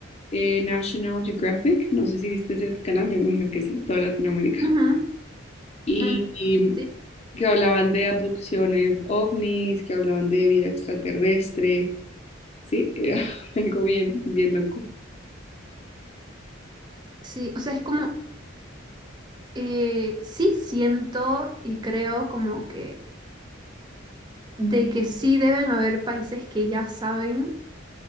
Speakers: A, on the left (about 30°); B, on the right (about 20°).
A: eh, National Geographic, no sé si viste ese canal, yo me imagino que sí, toda Latinoamérica.
B: Ujú,
A: Y,
B: ujú.
A: y
B: Sí,
A: que hablaban de abducciones ovnis, que hablaban de vida extraterrestre, sí, era <laughs> algo bien, bien loco.
B: sí, o sea, es como, eh, sí siento y creo como que de que sí deben haber países que ya saben